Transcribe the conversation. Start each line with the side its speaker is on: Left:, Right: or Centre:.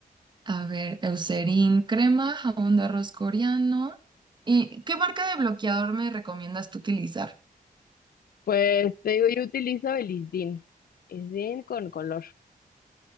Right: a ver, Eucerin crema, jabón de arroz coreano. ¿Y qué marca de bloqueador me recomiendas tú utilizar?
Left: Pues te digo, yo utilizo el ISDIN. ISDIN con color.